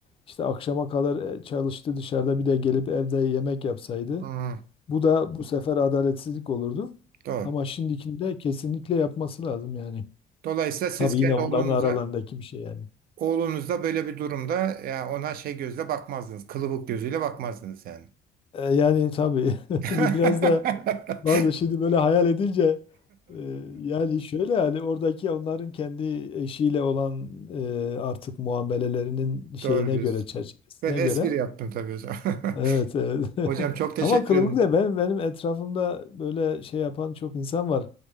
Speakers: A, on the left (about 35°); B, on the right (about 60°).
A: işte akşama kadar e, çalıştı dışarıda bir de gelip evde yemek yapsaydı
B: Hı,
A: bu da bu sefer adaletsizlik olurdu.
B: doğru.
A: Ama şimdikinde kesinlikle yapması lazım yani.
B: Dolayısıyla siz
A: Tabii
B: kendi
A: yine onların
B: oğlunuza
A: aralarındaki bir şey yani.
B: oğlunuzda böyle bir durumda ya ona şey gözle bakmazdınız. Kılıbık gözüyle bakmazdınız yani.
A: E, yani tabii <laughs>
B: <laughs>
A: biraz da Bazı şimdi böyle hayal edince e, yani şöyle yani oradaki onların kendi eşiyle olan e, artık muamelelerinin şeyine
B: Doğru diyorsun.
A: göre çerçevesine
B: Ben espri
A: göre
B: yaptım tabii hocam. <laughs>
A: evet, evet.
B: Hocam
A: <laughs>
B: çok teşekkür
A: Ama kılıbıkla
B: ederim.
A: ben benim etrafımda böyle şey yapan çok insan var.